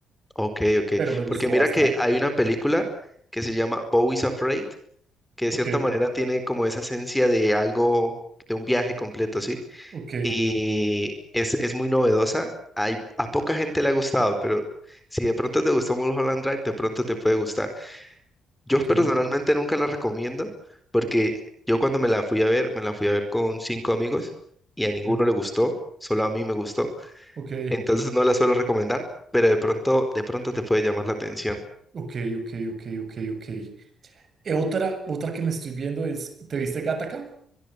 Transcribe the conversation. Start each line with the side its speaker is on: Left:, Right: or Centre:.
Centre: Ok, ok,
Right: pero me gustó
Centre: porque mira
Right: bastante.
Centre: que hay una película que se llama Bo is Afraid, que de
Right: Ok,
Centre: cierta manera tiene como esa esencia de algo, de un viaje completo, ¿sí?
Right: ok,
Centre: Y es, es muy novedosa, hay, a poca gente le ha gustado, pero si de pronto te gustó Mulholland Drive, de pronto te puede gustar. Yo
Right: ok,
Centre: personalmente nunca la recomiendo porque yo cuando me la fui a ver, me la fui a ver con cinco amigos y a ninguno
Right: eh,
Centre: le gustó, solo a mí me gustó.
Right: ok,
Centre: Entonces no la suelo recomendar, pero de pronto, de pronto te puede llamar la atención.
Right: ok, ok, ok, ok, ok. Eh, otra, otra que me estoy viendo es, ¿te viste Gattaca?